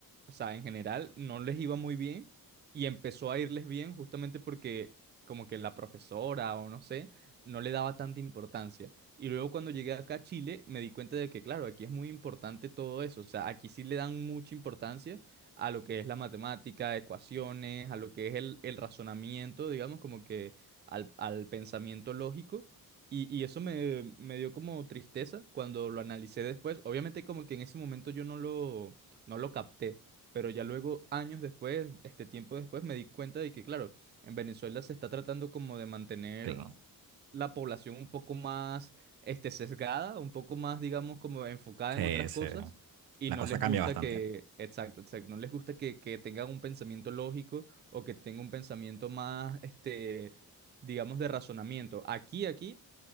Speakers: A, on the right; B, on the right.
A: o sea, en general no les iba muy bien y empezó a irles bien justamente porque como que la profesora o no sé, no le daba tanta importancia. Y luego cuando llegué acá a Chile me di cuenta de que claro, aquí es muy importante todo eso, o sea, aquí sí le dan mucha importancia a lo que es la matemática, ecuaciones, a lo que es el, el razonamiento, digamos, como que al, al pensamiento lógico. Y, y eso me, me dio como tristeza cuando lo analicé después. Obviamente como que en ese momento yo no lo, no lo capté. Pero ya luego, años después, este tiempo después, me di cuenta de que, claro, en Venezuela se está tratando como de mantener
B: claro.
A: la población un poco más, este, sesgada, un poco más, digamos, como enfocada
B: Sí,
A: en otras
B: sí.
A: cosas. Y
B: La
A: no
B: cosa
A: les
B: cambia
A: gusta
B: bastante.
A: que, exacto, exacto, no les gusta que, que tengan un pensamiento lógico o que tenga un pensamiento más, este, digamos, de razonamiento. Aquí, aquí,